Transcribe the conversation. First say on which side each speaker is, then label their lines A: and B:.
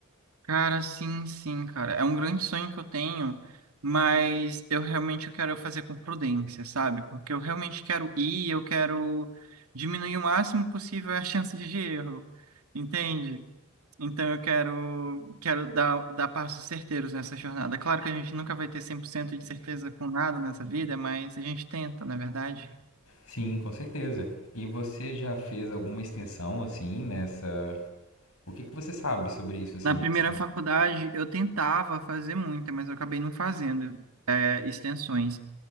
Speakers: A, on the right; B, on the left.
A: Cara, sim, sim, cara. É um grande sonho que eu tenho, mas eu realmente quero fazer com prudência, sabe? Porque eu realmente quero ir, eu quero diminuir o máximo possível as chances <laughs> de erro, entende? Então eu quero, quero dar, dar passos certeiros nessa jornada. Claro que a gente nunca vai ter 100% de certeza com nada nessa vida, mas a gente tenta, na verdade.
B: Sim, com certeza. E você já fez alguma extensão assim nessa? O que que você sabe sobre isso assim,
A: Na primeira
B: de extensão?
A: faculdade, eu tentava fazer muita, mas eu acabei não fazendo, é, extensões.